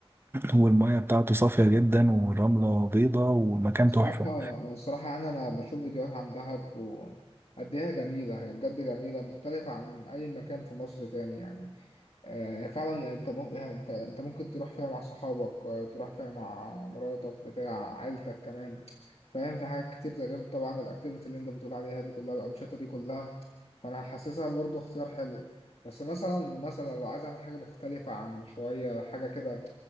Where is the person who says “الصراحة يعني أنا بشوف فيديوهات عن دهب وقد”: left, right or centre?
Left